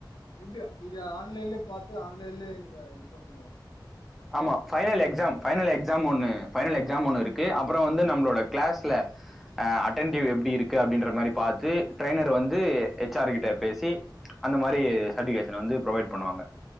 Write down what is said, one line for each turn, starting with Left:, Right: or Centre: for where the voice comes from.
Left: எப்டியா இது ஆன்லைன்லயே பாத்து ஆன்லைன்லயே நீங்க இது பண்ணீங்க
Centre: ஆமா ஃபைனல்
Left: கன்சல்ட்
Centre: எக்ஸாம்
Left: பண்ணீங்களா
Centre: ஃபைனல்
Left: இல்ல
Centre: எக்ஸாம் ஒண்ணு ஃபைனல் எக்ஸாம் ஒண்ணு இருக்கு அப் புறோ வந்து நம்மளோட கிளாஸ்ல ஆ அட்டன்டிவ் எப்டி இருக்கு அப்டின்ற மாரி பாத்து ட்ரைனர் வந்து ஹெச் ஆர் கிட்ட பேசி அந்த மாரி சர்டிஃபிகேஷன் வந்து புரொவைட் பண்ணுவாங்க